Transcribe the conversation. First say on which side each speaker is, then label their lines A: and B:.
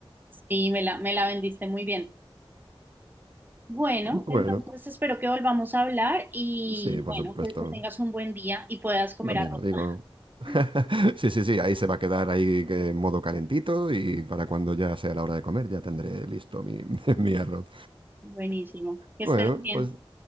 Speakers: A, on the right (about 20°); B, on the right (about 65°).
A: Sí, me la, me la vendiste muy bien. Bueno,
B: Bueno,
A: entonces espero que volvamos a hablar y
B: sí, por
A: bueno,
B: supuesto.
A: que, que tengas un buen día y puedas comer
B: Lo mismo
A: arroz.
B: digo. <laughs>
A: <laughs>
B: Sí, sí, sí, ahí se va a quedar ahí que en modo calentito y para cuando ya sea la hora de comer ya tendré listo mi, <laughs> mi arroz.
A: Buenísimo, que
B: Bueno,
A: estés bien.
B: pues